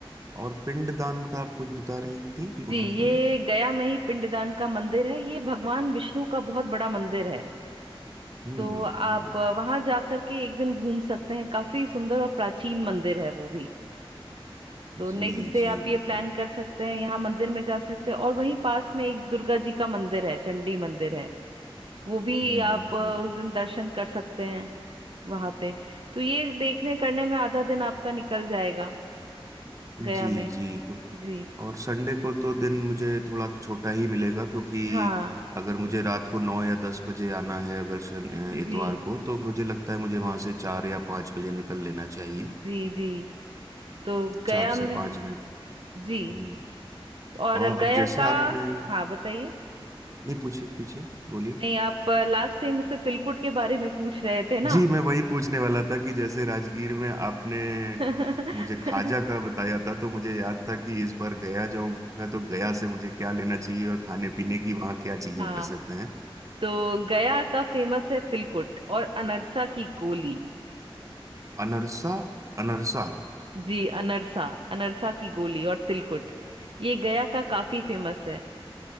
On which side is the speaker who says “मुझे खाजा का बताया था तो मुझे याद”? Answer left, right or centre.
Right